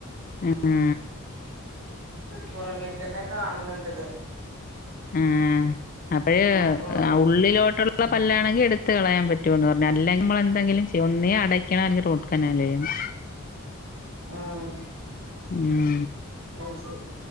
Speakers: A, on the left; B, on the right.
A: ആഹ്
B: പൊറമേക്കന്നെ കാണുന്നുണ്ട് ത്.
A: ആഹ് അപ്പഴ്
B: അപ്പൊ
A: ഉള്ളിലോട്ടുള്ള
B: ഉം
A: പല്ലാണെങ്കി എടു ത്ത് കളയാൻ പറ്റുവെന്ന് പറഞ്ഞ്. അല്ലെങ്കി നമ്മളെന്തെങ്ങിലും ചെയ്യ. ഒന്നേ അടക്കണം. എല്ലെങ്കി റൂട്ട് കനാലെയ്യണം.
B: ആഹ്
A: ഉം
B: അയ്ശരി.